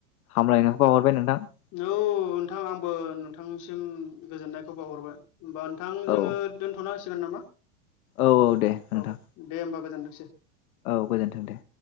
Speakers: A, on the left; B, on the left.
A: हामलायनायखौ बावाहरबाय नोंथां।
B: औ नोंथां आंबो नोंथांनिसिम गोजोननायखौ बावाहरबाय। होमबा नोंथां जोङो
A: औ
B: दोनथना नांसिगोन नामा
A: औ दे नोंथां
B: औ दे होमबा गोजोनथों।
A: औ गोजोन्थों दे।